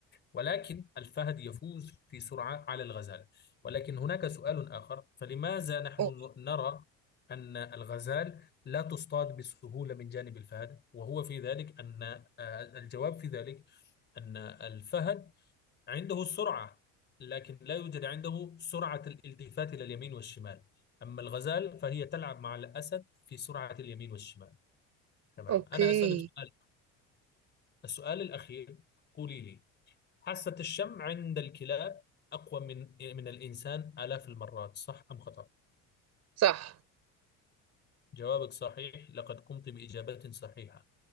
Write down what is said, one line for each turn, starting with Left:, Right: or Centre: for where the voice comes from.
Left: ولكن الفهد يفوز في سرعة على الغزال ولكن هناك سؤال آخر فلماذا نحن
Right: أو-
Left: ن- نرى أن الغزال لا تصطاد بسهولة من جانب الفهد وهو في ذلك أن آه، الجواب في ذلك أن الفهد عنده السرعة لكن لا يوجد عنده سرعة الالتفات إلى اليمين والشمال أما الغزال فهي تلعب مع الأسد في سرعة اليمين والشمال تمام
Right: أوكي
Left: أنا أسألك سؤال السؤال الأخير قولي لي حاسة الشم عند الكلاب أقوى من من الإنسان آلاف المرات صح أم خطأ؟
Right: صح
Left: جوابك صحيح لقد قمت بإجابة صحيحة